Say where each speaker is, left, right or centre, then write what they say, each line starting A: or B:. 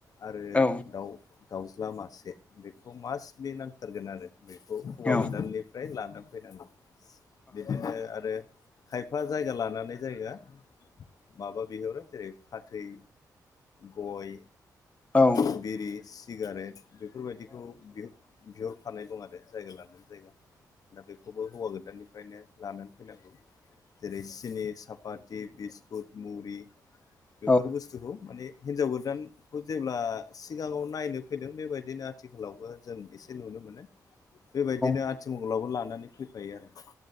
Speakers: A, on the left; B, on the left.
A: आरो
B: औ
A: दाउ दाउज्ला मासे बेखौ मास्टलि नांथारगोन आरो बेखौ हौवा
B: हायो
A: गोदाननि
B: नोंथां
A: फ्राय लाना फैनांगौ। बिदिनो आरो खायफा जायगा लानानै जायगा माबा बिहरो जेरै फाथै, गय।
B: औ
A: बिरि सिगारेट बेफोरबायदिखौ बिहरफानायखौ माने जायगा लानानै जायगा दा बेखौबो माने हौवा गोदाननि फ्रायनो लानानै फैनांगौ। जेरै सिनि, सापाथ, बिस्कुट, मुरि
B: औ
A: बेफोर बुस्थुखौ माने हिनजाव गोदान खौ जेब्ला सिगाङाव नायनो फैदों बेबायदिनो आथिखालावबो जों एसे नुनो मोनो। बेबायदिनो
B: औ
A: आथिमंगलाबो लानानै फैफायो आरो।